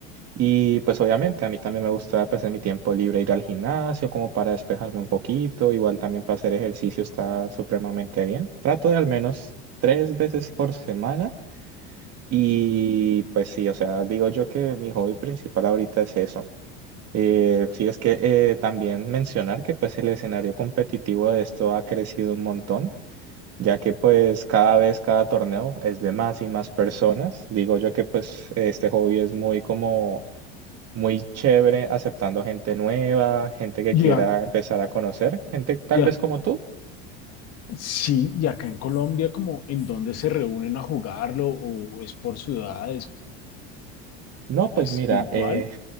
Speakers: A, on the right (about 50°); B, on the left (about 50°).
A: Y pues obviamente a mí también me gusta pues en mi tiempo libre ir al gimnasio como para despejarme un poquito, igual también para hacer ejercicio está supremamente bien. Trato de al menos tres veces por semana y pues sí, o sea, digo yo que mi hobby principal ahorita es eso. Eh, sí, es que eh, también mencionar que pues el escenario competitivo de esto ha crecido un montón ya que pues cada vez, cada torneo es de más y más personas. Digo yo que pues este hobby es muy como muy chévere, aceptando gente nueva, gente que
B: ya
A: quiera empezar a conocer, gente tal
B: ya
A: vez como tú.
B: sí, y acá en Colombia, como en dónde se reúnen a jugarlo o, o es por ciudades,
A: No, pues
B: es
A: mira,
B: virtual.
A: eh,